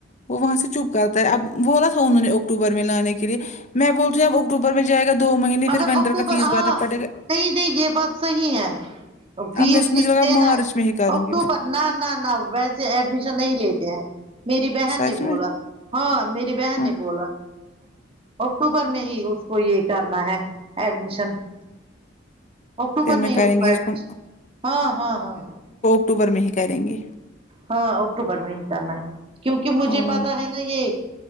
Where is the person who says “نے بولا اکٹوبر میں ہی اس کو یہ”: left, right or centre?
Right